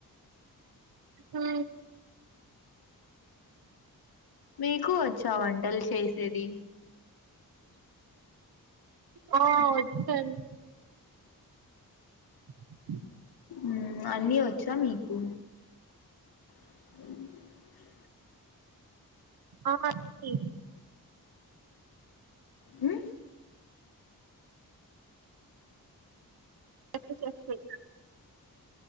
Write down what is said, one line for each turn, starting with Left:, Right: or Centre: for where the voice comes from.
Right: హు
Left: మీకు వోచ్చా వంటల్ చేసేది
Right: ఓ ఒచ్చండి. <inaudible>
Left: ఉమ్ అన్నీ ఒచ్చా మీకు <inaudible>
Right: ఆ అండి
Left: ఉ
Right: కచేసే